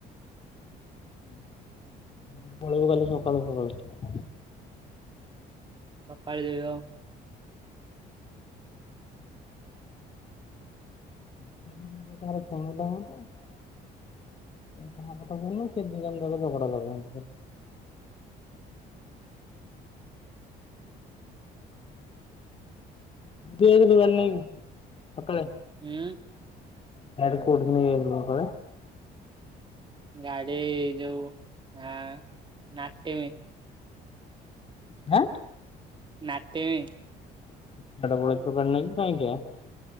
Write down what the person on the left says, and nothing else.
<unintelligible> ଗଲେ ସକାଳୁ ସକାଳୁ।
<unintelligible> କାହା କଥା ଶୁଣୁନ ସେ ଦି ଜଣ ଯାକ ଝଗଡା ଲାଗୁଚନ୍ତି। ବେଗ ଦୋକାନ ନାଇ ସକାଳେ
ସିଆଡେ କୋଉଠିି ନେଇ ଆଇ ଥିଲୁ ତଳେ।
ହାଁ।
<unintelligible>